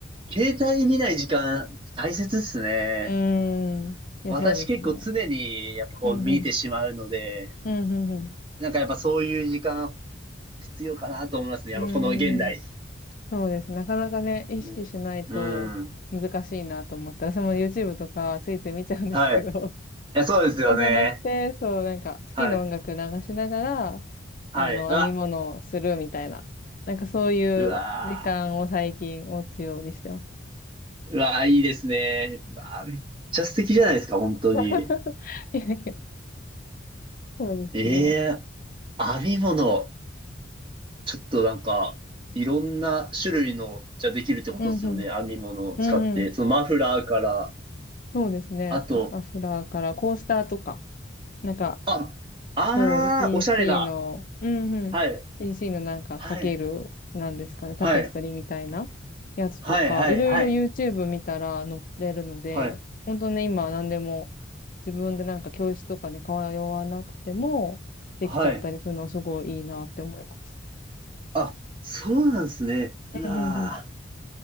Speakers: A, on the right; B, on the left.
A: 携帯見ない時間大切っすね。
B: ーん。いや、
A: 私結構常にやっぱこう見てしまうので、
B: そうですね。うん、うん。うん、うん、うん。
A: なんかやっぱそういう時間必要かなと思いますね。
B: うんうんうん
A: やっぱこの現代。
B: そうです。なかなかね、意識しないと難しいなと思って、
A: うん。うん
B: 私も YouTube とかついつい見ちゃうんですけど、
A: はい。いや、そうですよね。
B: そうじゃなくて、そう、なんか好きな音楽流しながら、
A: はい。はい。
B: あの、
A: うわ、
B: 編み物をするみたいな。なんかそういう時間を最近持つようにしてます。
A: うわー、うわー、いいですね。うわー、めっちゃ素敵じゃないですか、本当に。
B: <laughs> いやいやそうですね。
A: ええー、編み物。ちょっとなんか、いろんな種類の、じゃできるってことですよね。
B: うんうん。
A: 編み物を使って。
B: うんうん。
A: そのマフラーから、
B: そうですね。
A: あと、
B: まあアスラーからコースターとか、なんか、
A: あ、あー、
B: そう、PC
A: おしゃれな。
B: の、うんうん。
A: はい。
B: PC のなんかかける、
A: はい。
B: なんですかね、タペストリーみたいなやつとか、
A: はい。はい。はい。
B: いろいろ
A: はい。
B: YouTube 見たら載ってるので、
A: はい。
B: 本当ね、今何でも自分でなんか教室とかに通わなくてもできちゃったりするのはすごいいいなって思います。
A: はい。あ、そうなんですね。うわ
B: うんうんうん。